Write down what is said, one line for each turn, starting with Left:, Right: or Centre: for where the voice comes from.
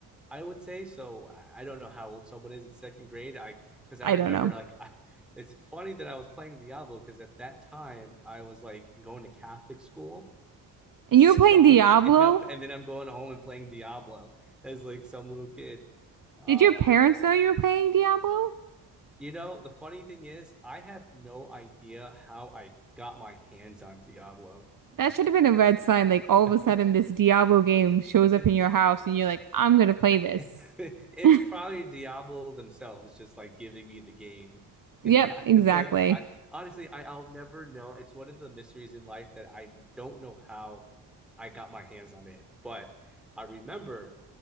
Centre: I would say. So I, I don't know how old someone is in second grade. I because I
Right: I
Centre: remember
Right: don't know.
Centre: like I, it's funny that I was playing Diablo because at that time I was like going to Catholic school <laughs>
Right: And
Centre: So
Right: you were playing Diablo?
Centre: and up and then I'm going home and playing Diablo as like some little kid. Um,
Right: Did your parents know you were playing Diablo?
Centre: you know, the funny thing is I have no idea how I got my hands on Diablo.
Right: That should have been a red sign. Like all of
Centre: <laughs>
Right: a sudden, this Diablo game shows up
Centre: It's
Right: in your house, and you're like, "I'm gonna play
Centre: <laughs>
Right: this."
Centre: it's
Right: <laughs>
Centre: probably Diablo themselves just like giving me the game. <laughs>
Right: Yep,
Centre: I
Right: exactly.
Centre: like I honestly I, I'll never know. It's one of the mysteries in life that I don't know how I got my hands on it. But I remember